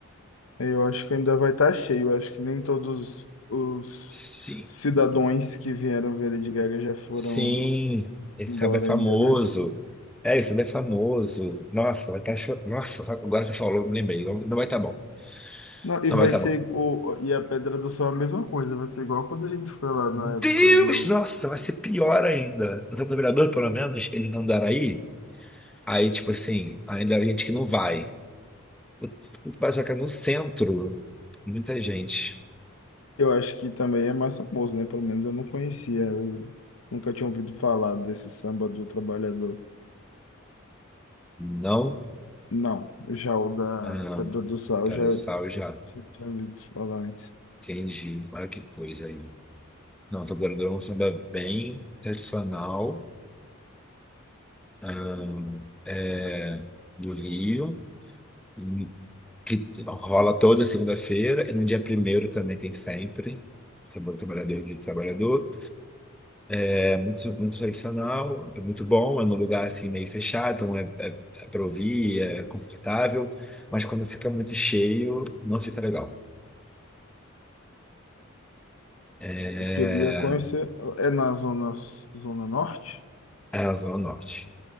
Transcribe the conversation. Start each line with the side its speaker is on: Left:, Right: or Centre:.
Left: Eu acho que ainda vai estar cheio. Eu acho que nem todos os
Centre: Sim.
Left: cidadãos que vieram ver Lady Gaga já foram
Centre: Sim, esse
Left: iguora
Centre: samba é famoso.
Left: ainda, né?
Centre: É, esse samba é famoso. Nossa, vai estar chorando. Nossa, sabe, agora você falou, me lembrei. Não, não vai estar bom.
Left: Não, e
Centre: Não
Left: vai
Centre: vai estar
Left: ser
Centre: bom.
Left: o, e a Pedra do Sol é a mesma coisa, vai ser igual quando a gente foi lá na
Centre: Deus,
Left: época do
Centre: nossa, vai ser pior ainda. O Santo Vereador, pelo menos, ele não dará aí. Aí, tipo assim, ainda há gente que não vai. O, o Barzoca no centro, muita gente.
Left: Eu acho que também é mais famoso, né? Pelo menos eu não conhecia, eu nunca tinha ouvido falar desse samba do trabalhador.
Centre: Não.
Left: Não, já o da
Centre: Ah,
Left: Pedra do Sal,
Centre: Tá
Left: já
Centre: no sal já.
Left: já tinha ouvido falar antes.
Centre: Entendi. Olha que coisa aí. Não, tô guardando é um samba bem tradicional ahn, é, do Rio, hum, que rola toda segunda-feira e no dia primeiro também tem sempre. Samba do Trabalhador e do Trabalhador. É muito, muito tradicional, é muito bom, é num lugar assim meio fechado, então é, é, é para ouvir, é confortável, mas quando fica muito cheio, não fica legal. É,
Left: Eu queria conhecer, é na zona, zona norte,
Centre: é a Zona Norte.